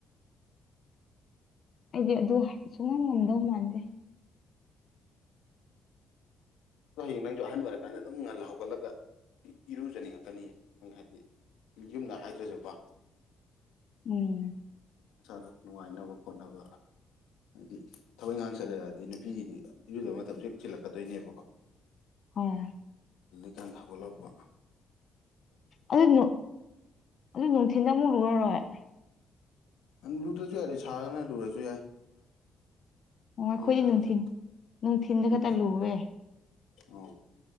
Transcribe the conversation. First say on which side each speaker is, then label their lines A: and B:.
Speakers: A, on the left; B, on the left.
A: ꯑꯩꯗꯤ ꯑꯗꯨ ꯁꯨꯡꯉꯝ ꯉꯝꯗꯧ ꯃꯥꯟꯗꯦ
B: ꯑꯣ ꯍꯌꯦꯡ ꯅꯪꯁꯨ ꯑꯍꯟ ꯑꯣꯏꯔꯀꯥꯟꯗ ꯑꯗꯨꯝ ꯉꯜ ꯍꯧꯒꯠꯂꯒ ꯏꯔꯨꯖꯅꯤꯡꯉꯛꯇꯅꯤꯌꯦ ꯅꯪ ꯍꯥꯏꯗꯤ ꯌꯨꯝꯗ ꯍꯥꯏꯗ꯭ꯔꯁꯨꯀꯣ
A: ꯎꯝ
B: ꯃꯁꯥꯗ ꯅꯨꯡꯉꯥꯏꯅꯕ ꯈꯣꯠꯅꯕ ꯍꯥꯏꯗꯤ ꯊꯕꯛ ꯏꯪꯈꯥꯡ ꯆꯠꯂꯗꯤ ꯅꯨꯄꯤꯒꯤꯗꯤ ꯏꯔꯨꯗꯕ ꯃꯇꯝꯁꯨ ꯍꯦꯛ ꯆꯤꯜꯂꯛꯀꯗꯣꯏꯅꯦꯕꯀꯣ
A: ꯍꯣꯏ
B: ꯀꯥꯟ ꯊꯒꯠꯂꯛꯧꯕ
A: ꯑꯗꯨ ꯑꯗꯨ ꯅꯨꯡꯊꯤꯟ ꯑꯃꯨꯛ ꯂꯨꯔꯔꯣꯏ
B: ꯪ ꯂꯨꯗ꯭ꯔꯁꯨ ꯌꯥꯔꯦ ꯁꯥꯔꯅ ꯂꯨꯔꯁꯨ ꯌꯥꯏ
A: ꯑꯣꯥꯏ
B: ꯑꯗꯨ
A: ꯈꯣꯏꯖ
B: ꯑꯣꯏꯇꯥꯔꯁꯨ
A: ꯅꯨꯡꯊꯤꯟ ꯅꯨꯡꯊꯤꯟꯗꯥ
B: ꯎꯝ
A: ꯈꯇ ꯂꯨꯋꯦ
B: ꯑꯣ